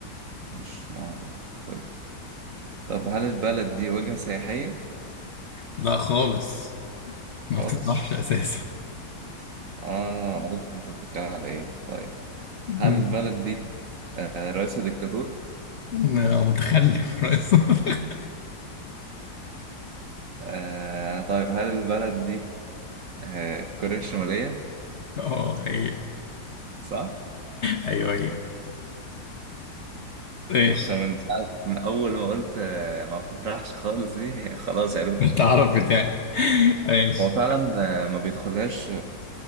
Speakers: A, on the right; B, on the left.
A: مش معروف طيب طب هل البلد دي وجهة سياحية
B: لا خالص ما
A: خالص؟
B: بتطلعش أساسا
A: آه عرفت أنت بتتكلم على إيه طيب
B: مم.
A: هل البلد دي آه، رئيسها ديكتاتور؟
B: لا، متخلف رئيس <laughs> متخلف.
A: آه طيب هل البلد دي آه، كوريا الشمالية؟
B: اه هي
A: صح؟
B: أيوه هي ماشي
A: طب من ساعة- من أول ما قلت آه، ما بتطرحش خالص دي <laughs> خلاص عرفت
B: التعرف بتاعي ماشي
A: هو فعلا آه، ما بيدخلهاش